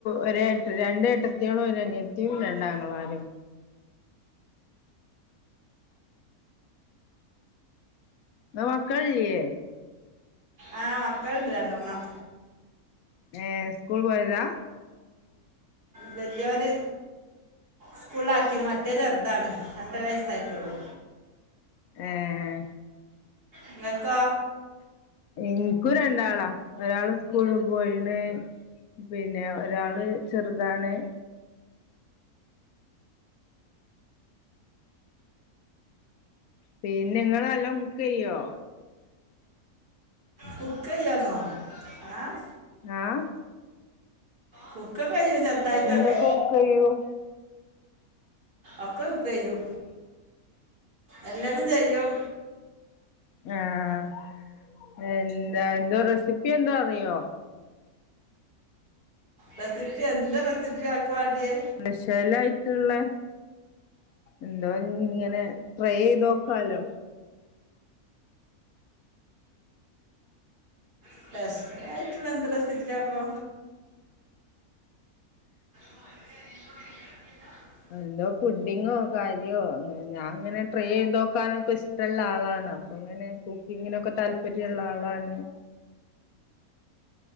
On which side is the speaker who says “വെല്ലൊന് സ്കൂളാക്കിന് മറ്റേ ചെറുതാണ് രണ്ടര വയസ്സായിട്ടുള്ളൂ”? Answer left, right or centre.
Right